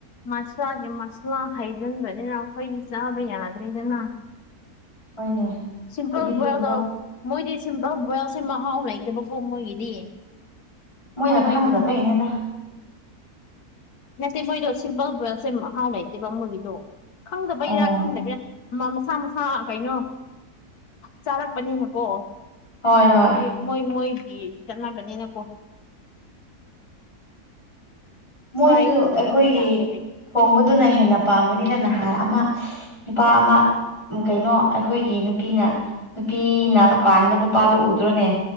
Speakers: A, on the left (about 75°); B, on the left (about 20°).
A: ꯃꯁꯂꯥꯒꯤ ꯃꯁꯂꯥ ꯍꯩꯖꯤꯟꯕꯅꯤꯅ ꯑꯈꯣꯏꯗꯤ ꯆꯥꯕ ꯌꯥꯗ꯭ꯔꯦꯗꯅ
B: ꯍꯣꯏꯅꯦ ꯑꯩꯈꯣꯏꯗꯤ
A: ꯁꯤꯝꯄꯜ
B: ꯑꯗꯨꯒꯨꯝꯕ
A: ꯕꯣꯏꯌꯦꯜꯗ ꯃꯣꯏꯗꯤ ꯁꯤꯝꯄꯜ ꯕꯣꯏꯌꯦꯜꯁꯦ ꯃꯍꯥꯎ ꯂꯩꯇꯕꯀꯣ ꯃꯣꯏꯒꯤꯗꯤ
B: ꯃꯣꯏꯅ
A: ꯑꯩꯈꯣꯏꯒꯤꯗꯤ
B: ꯈꯪꯗꯕꯩꯅꯦꯗ
A: ꯅꯠꯇꯦ ꯃꯣꯏꯗꯣ ꯁꯤꯝꯄꯜ ꯕꯣꯏꯁꯦ ꯃꯍꯥꯎ ꯂꯩꯇꯦꯕ ꯃꯣꯏꯒꯤꯗꯣ ꯈꯪꯗꯕꯩꯔꯥ
B: ꯑꯣ
A: ꯈꯪꯗꯕꯩꯔ ꯃꯁꯥ ꯃꯁꯥ ꯍꯥ ꯀꯩꯅꯣ ꯆꯥꯔꯛꯄꯅꯤꯅꯀꯣ
B: ꯍꯣꯏ ꯍꯣꯏ
A: ꯃꯣꯏ ꯃꯣꯏ ꯃꯣꯏꯗꯤ ꯆꯠꯅꯕꯅꯤꯅꯀꯣ
B: ꯃꯣꯏꯁꯨ
A: ꯐ꯭ꯔꯥꯏ ꯇꯧꯗ꯭ꯔꯗꯤ
B: ꯑꯩꯈꯣꯏꯒꯤ
A: ꯌꯥꯗꯕꯩ
B: ꯊꯣꯡꯕꯗꯨꯅ ꯍꯦꯟꯅ ꯄꯥꯝꯒꯅꯤꯅ ꯅꯍꯥꯥꯟ ꯑꯃ ꯅꯨꯄꯥ ꯑꯃꯥ ꯎ ꯀꯩꯅꯣ ꯑꯩꯈꯣꯏꯒꯤ ꯅꯨꯄꯤꯅ ꯅꯨꯄꯤꯅ ꯄꯥꯟꯕ ꯅꯨꯄꯥꯗꯨ ꯎꯗ꯭ꯔꯣꯅꯦ